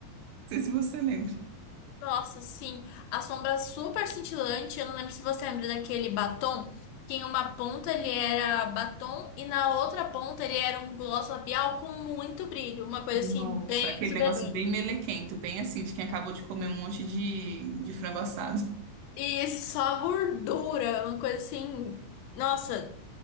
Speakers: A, on the right; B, on the left.
A: <laughs> Não sei se você lembra.
B: Nossa, sim, a sombra é super cintilante. Eu não lembro se você lembra daquele batom, que em uma ponta ele era batom e na outra ponta ele era um gloss labial com muito brilho, uma coisa
A: Nossa,
B: assim bem
A: aquele
B: exuberante.
A: negócio bem melequento, bem assim, de quem acabou de comer um monte de, de frango assado.
B: E só gordura, uma coisa assim, nossa.